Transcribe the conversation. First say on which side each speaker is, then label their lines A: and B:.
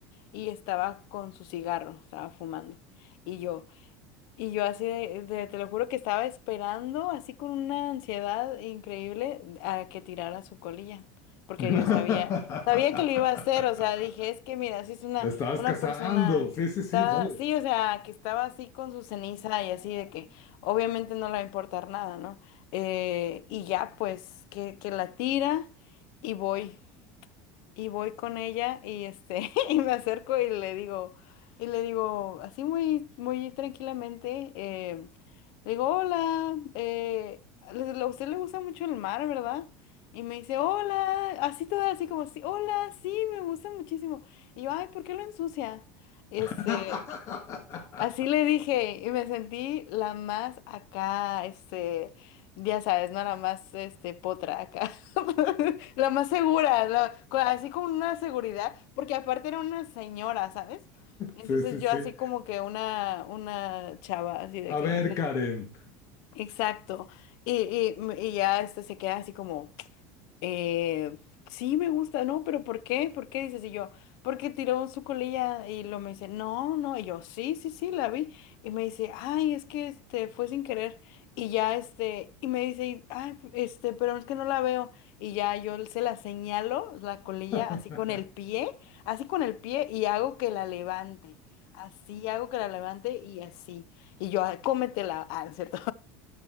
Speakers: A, on the left; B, on the left.
A: y estaba con su cigarro, estaba fumando. Y yo, y yo así, de, de- te lo juro que estaba esperando, así con una ansiedad increíble, a que tirara su colilla, porque
B: <laughs>
A: yo sabía, sabía que lo iba a hacer, o sea, dije, es que mira, si es una,
B: La estabas
A: una
B: cazando.
A: persona,
B: Sí, sí,
A: estaba,
B: sí, dale.
A: sí, o sea, que estaba así con su ceniza y así, de que obviamente no le va a importar nada, ¿no? Eh, y ya, pues, que, que la tira y voy y voy con ella y este <laughs> y me acerco y le digo y le digo así muy muy tranquilamente eh, le digo hola eh, les- a usted le gusta mucho el mar ¿verdad? Y me dice hola así toda así como sí hola sí me gusta muchísimo y yo ay ¿por qué lo ensucia? Este
B: <laughs>
A: Así le dije y me sentí la más acá, este, ya sabes, ¿no? La más, este, potra acá, <laughs> la más segura, la- co- así con una seguridad, porque aparte era una señora, ¿sabes? Entonces
B: Sí, sí,
A: yo
B: sí.
A: así como que una, una chava, así de
B: A
A: que,
B: ver,
A: de-
B: Karen.
A: exacto, y, y, m- y ya este se queda así como... Eh, sí, me gusta, ¿no? Pero ¿por qué? ¿Por qué? Dices, y yo, porque tiró su colilla y lo me dice, no, no, y yo, sí, sí, sí, la vi. Y me dice, ay, es que este fue sin querer. Y ya este, y me dice, y, ay, este, pero es que no la veo. Y ya yo se la señalo, la colilla,
B: <laughs>
A: así con el pie, así con el pie, y hago que la levante. Así hago que la levante y así. Y yo, "Ah, cómetela, ah, ¿no es ¿cierto?